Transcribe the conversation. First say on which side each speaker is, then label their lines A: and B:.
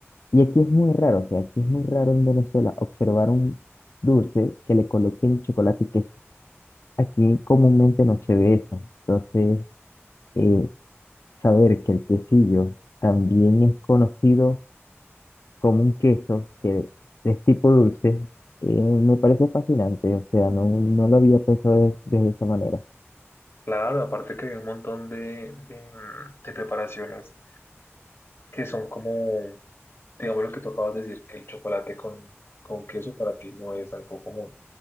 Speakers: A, on the left; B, on the left.
A: Y aquí es muy raro, o sea, aquí es muy raro en Venezuela observar un dulce que le coloquen chocolate y queso. Aquí comúnmente no se ve eso. Entonces, eh, saber que el quesillo también es conocido como un queso que es tipo dulce, eh, me parece fascinante. O sea, no, no lo había pensado de, de esa manera.
B: Claro, aparte que hay un montón de, de, de preparaciones que son como, digamos lo que tú acabas de decir, que el chocolate con, con queso para ti no es algo común